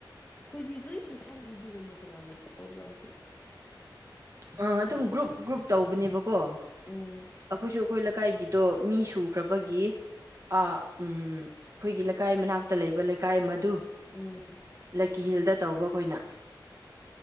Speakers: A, on the left; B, on the right.
A: ꯑꯩꯈꯣꯏꯗꯤ ꯀꯔꯤꯁꯨ ꯈꯪꯗꯦ ꯑꯗꯨꯒꯨꯝꯕ ꯀꯅꯥꯅ ꯇꯧꯕ꯭ꯔꯁꯨ
B: ꯑ ꯑꯗꯨꯝ ꯒ꯭ꯔꯨꯞ ꯒ꯭ꯔꯨꯞ ꯇꯧꯕꯅꯦꯕꯀꯣ
A: ꯎꯝ
B: ꯑꯩꯈꯣꯏꯁꯨ ꯑꯩꯈꯣꯏ ꯂꯩꯀꯥꯏꯒꯤꯗꯣ ꯃꯤ ꯁꯨꯈ꯭ꯔꯕꯒꯤ ꯑ ꯎꯝ ꯑꯩꯈꯣꯏꯒꯤ ꯂꯩꯀꯥꯏ ꯃꯅꯥꯛ ꯇ ꯂꯩꯕ ꯂꯩꯀꯥꯏ ꯑꯃ ꯑꯗꯨ
A: ꯎꯝ
B: ꯂꯀꯤ ꯍꯤꯜꯗ ꯇꯧꯕ ꯑꯩꯈꯣꯏꯅ